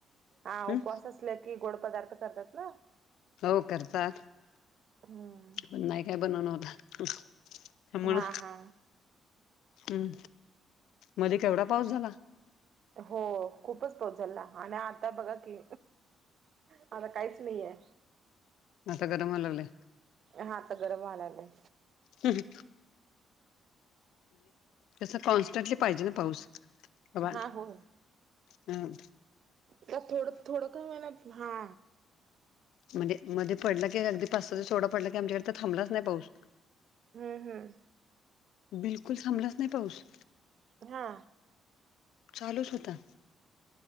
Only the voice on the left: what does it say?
हम्म
हो करतात,
पण नाही काय बनवन होत. त्यामुळे
हम, मध्ये केवढा पाऊस झाला.
आता गरम व्हायला लागलेय.
हम्म, तस कॉन्स्टंटली पाहिजे ना पाऊस. भवान
हम.
म्हणजे मध्ये पडलं की, अगदी पाच-सहा दिवस थोडा पडला की, आमच्याकडे थांडलाच नाही पाऊस.
बिलकुल थांबलाच नाही पाऊस.
चालूच होता.